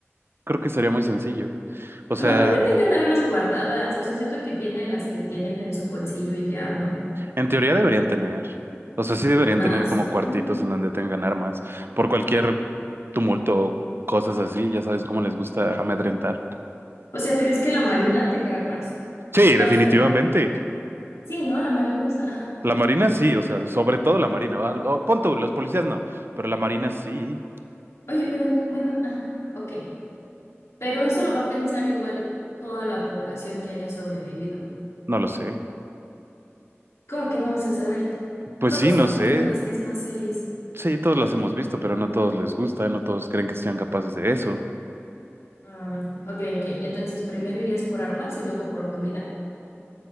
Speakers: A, on the right; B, on the left.
A: creo que sería muy sencillo. O sea,
B: No creo que tengan armas guardadas, o sea, siento que tienen las que tienen en su bolsillo y ya, ¿no?
A: en teoría deberían tener, o sea, sí deberían
B: ¿Más?
A: tener como
B: Ajá.
A: cuartitos en donde tengan armas por cualquier tumulto o cosas así, ya sabes cómo les gusta amedrentar.
B: O sea, ¿crees que la Marina tenga armas?
A: Sí,
B: No,
A: definitivamente.
B: espera. Sí, ¿no? La Marina es... Ajá.
A: La marina sí, o sea, sobre todo la marina. ¿va? O, pon tú, los policías no, pero la marina sí,
B: Oye, pero bueno, ajá, ok. Pero eso lo va a pensar igual toda la población que haya sobrevivido.
A: no lo sé.
B: ¿Cómo que no vas a saber?
A: Pues
B: Todos
A: sí, no
B: hemos
A: sé.
B: visto las mismas series.
A: Sí, todos las hemos visto, pero no todos les gusta, no todos creen que sean capaces de eso.
B: Mm, ok, ok. Entonces, primero irías por armas y luego por comida.